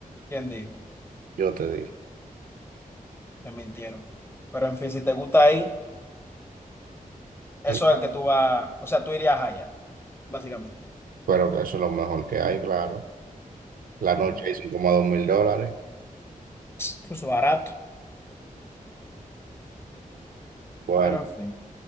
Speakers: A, on the left; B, on the right.
A: ¿Quién dijo?
B: Yo te dije.
A: Te mintieron. Pero en fin, si te gusta ahí. Eso
B: El-
A: es el que tú vas, o sea, tú irías allá, básicamente.
B: Pero que eso es lo mejor que hay, claro. La noche
A: Ah, bueno.
B: hizo como dos mil dólares.
A: Incluso barato,
B: Bueno,
A: pero en fin.